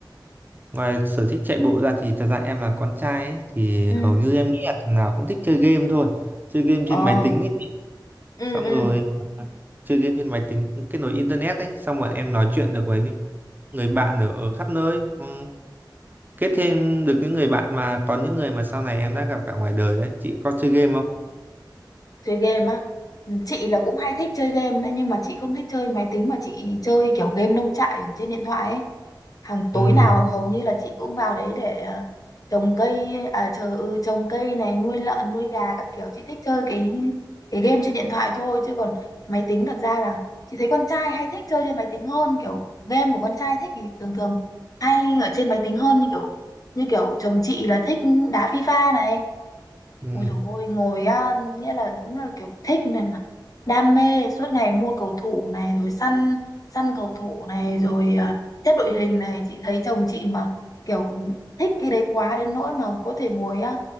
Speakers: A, on the right (about 25°); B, on the left (about 45°).
A: ngoài sở thích chạy bộ ra thì thật ra em là con trai ấy, thì
B: Ừ.
A: hầu như em nghĩ là thằng nào cũng thích chơi game thôi chơi game
B: Ờ.
A: trên máy tính ấy chị.
B: Ừ
A: xong
B: ừ.
A: rồi à, chơi game trên máy tính kết nối internet ấy xong bọn em nói chuyện được với những người bạn ở khắp nơi Ừ, kết thêm được những người bạn mà còn những người mà sau này em đã gặp cả ngoài đời đấy chị có chơi game không?
B: chơi game á Ừ, chị là cũng hay thích chơi game đấy nhưng mà chị không thích chơi máy tính mà chị chơi kiểu game nông trại ở trên điện thoại ấy hàng tối
A: Ừ.
B: nào hầu như là chị cũng vào đấy để à, trồng cây à chờ ừ, trồng cây này nuôi lợn nuôi gà các kiểu chị thích chơi cái cái game trên điện thoại thôi chứ còn máy tính thật ra là chị thấy con trai hay thích chơi trên máy tính hơn kiểu game của con trai thích thì thường thường hay ở trên máy tính hơn như kiểu như kiểu chồng chị là thích đá FIFA này
A: Ừ.
B: Ôi dồi ôi, ngồi á, nghĩa là đúng là kiểu thích này mà. Đam mê, suốt ngày mua cầu thủ này, rồi săn săn cầu thủ này, rồi à, xếp đội hình này. Chị thấy chồng chị mà kiểu thích cái đấy quá đến nỗi mà có thể ngồi á,